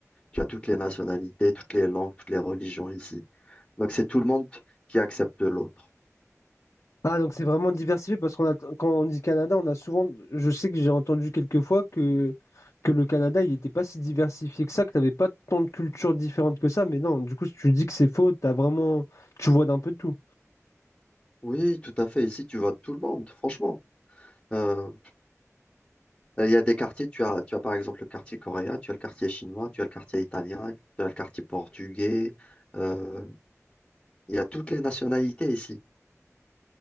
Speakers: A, on the left; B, on the left.
A: Tu as toutes les nationalités, toutes les langues, toutes les religions ici. Donc, c'est tout le monde qui accepte l'autre.
B: Ah, donc c'est vraiment diversifié, parce qu'on a, quand on dit Canada, on a souvent... Je sais que j'ai entendu quelques fois que, que le Canada, il n'était pas si diversifié que ça, que t'avais pas tant de cultures différentes que ça. Mais non, du coup, si tu dis que c'est faux, t'as vraiment... Tu vois d'un peu tout.
A: Oui, tout à fait. Ici, tu vois tout le monde, franchement. Euh, il y a des quartiers, tu as, tu as par exemple le quartier coréen, tu as le quartier chinois, tu as le quartier italien, tu as le quartier portugais. euh, Il y a toutes les nationalités ici.